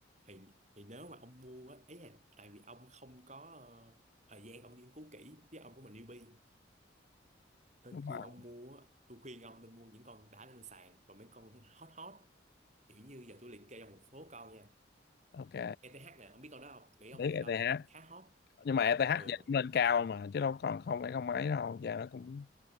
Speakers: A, on the right (about 40°); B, on the left (about 55°).
A: thì thì nếu mà ông mua á ý là tại vì ông không có ờ, thời gian ông nghiên cứu kỹ với ông của mình newbie nên
B: đúng
A: khi
B: rồi
A: ông mua á, tôi khuyên ông nên mua những con đã lên sàn và mấy con hot hot kiểu như giờ tôi liệt kê trong một số con nha
B: ok
A: ETH nè ông biết con đó không nghĩ ông
B: đấy
A: biết con
B: E
A: đó
B: ETH
A: con đó khá hot
B: nhưng mà E ETH
A: ừ
B: giờ cũng lên
A: rồi
B: cao mà chứ đâu còn không phải không ấy đâu giờ nó cũng